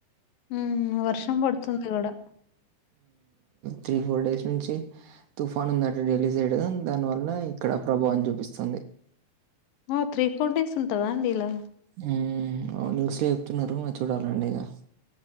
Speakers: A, on the left; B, on the right.
A: ఉ వర్షం పడుతుంది కూడా
B: త్రీ ఫోర్ డేస్ నుంచి తుఫాను ఉందట ఢిల్లీ సైడ్ దానివల్ల ఇక్కడ ప్రభావం చూపిస్తుంది
A: ఓ త్రీ ఫోర్ డేస్ ఉంటదా అండి లా
B: హ్మ్ న్యూస్ లో చెప్తున్నారు మరి చూడాలండి ఇగ